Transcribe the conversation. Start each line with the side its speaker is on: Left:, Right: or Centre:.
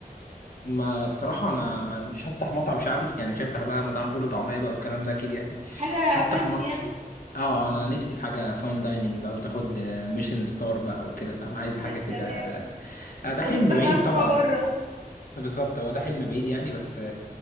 Left: ما الصراحة أنا ما- مش هفتح مطعم شعبي يعني مش هفتح بقى مطعم فول وطعمية بقى والكلام ده أكيد يعني
Right: حاجة
Left: هفتح
Right: فانسي
Left: م...
Right: يعني
Left: اه انا نفسي في حاجه فاين دايننج بقى وتاخد ميشن ستار بقى وكده فاهم عايز حاجه
Right: يا سلام
Left: كده آه، ده
Right: وتفتح
Left: حلم بعيد
Right: بقى
Left: طبعا
Right: فروع بره
Left: بالظبط هو ده حلم بعيد يعني بس آه،